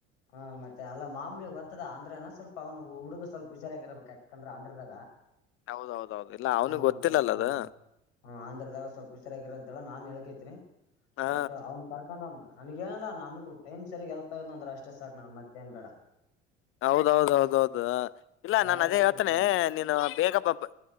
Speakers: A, on the left; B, on the left.
A: ಹಾ ಮತ್ತೆ ಅಲ್ಲ ಮಾಮೂಲಿಗ್ ಒರ್ತದ ಅಂದ್ರನ ಸ್ವಲ್ಪ ಅವನು ಹುಡುಗ ಸ್ವಲ್ಪುಷಾರಾಗಿರ್ಬೇಕ್ ಯಕಂದ್ರ ಅಂದ್ರದಾಗ
B: ಹೌದೌದೌದು ಇಲ್ಲ ಅವ್ನಿಗೆ
A: ಹ್ಮ
B: ಗೊತ್ತಿಲ್ಲಲ್ಲ
A: ಸ್ವಲ್ಪ ಆಂದ್ರ
B: ಅದು
A: ಹ್ಮ ಆಂಧ್ರದಾಗ ಸ್ವಲ್ಪ ಹುಷಾರಾಗಿರಂತಲ್ಲ ನಾನ್ ಹೇಳಿ ತ್ರಿ
B: ಹಾ
A: ಬಟ್ ಅವ್ನ್ ಕರ್ಕೊಂಡಮ್ಮ ನನ್ಗ ಏನಲ್ಲ ನನ್ಗ ಟೈಮ್ ಸರಿ ಹೆಲ್ಪ್ ಅಂದ್ರೆ ಅಷ್ಟ್ ಮತ್ತೇ ಏನ್ ಬೇಡ
B: ಹೌದೌದೌದೌದು ಇಲ್ಲ
A: ಗಾಡಿಯಾಗ
B: ನಾನು ಅದೇ
A: ಇರ್ತರ್
B: ಹೇಳ್ತೇನೆ
A: ನಾ
B: ನೀನು ಬೇಗ ಬಪ್ಪ್